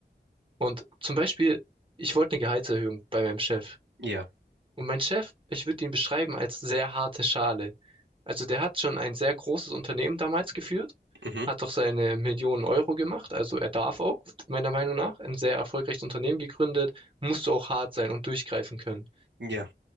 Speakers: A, on the right; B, on the right.
A: Und zum Beispiel, ich wollte eine Gehaltserhöhung bei meinem Chef.
B: Ja.
A: Und mein Chef, ich würde ihn beschreiben als sehr harte Schale. Also der hat schon ein sehr großes Unternehmen damals geführt,
B: Mhm.
A: hat doch seine Millionen Euro gemacht, also er darf auch, meiner Meinung nach, ein sehr erfolgreiches Unternehmen gegründet, musst du auch hart sein und durchgreifen können.
B: Ja.